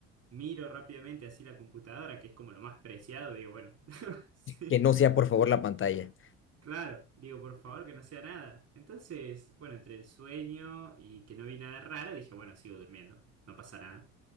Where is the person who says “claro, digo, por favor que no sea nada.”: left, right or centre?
Right